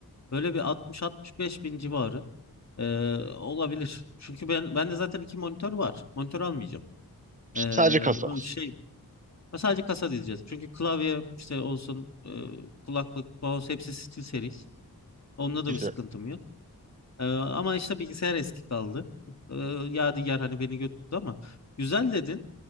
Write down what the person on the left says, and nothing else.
Böyle bir 60-65 bin civarı ee, olabilir. Çünkü ben bende zaten iki monitör var. Monitör almayacağım.
Ee,
şey Ve Sadece kasa diyeceğiz. Çünkü klavye işte olsun e, kulaklık, mouse hepsi SteelSeries. Onunla da
bir sıkıntım yok. E, ama işte bilgisayar eski kaldı. E, Yadigar hani beni götürdü ama güzel dedin.